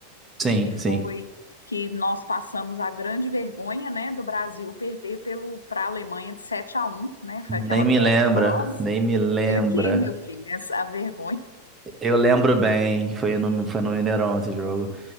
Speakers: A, on the right (about 15°); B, on the left (about 75°).
A: Sim,
B: que foi
A: sim.
B: que nós passamos a grande vergonha, né, do Brasil perder pelo para a Alemanha de sete a um né? Foi aquela
A: Nem me
B: Copa
A: lembra,
B: horrorosa.
A: nem me lembra.
B: Foi aqui, meu filho, essa a vergonha
A: Eu lembro bem, foi no, foi no Mineirão esse jogo.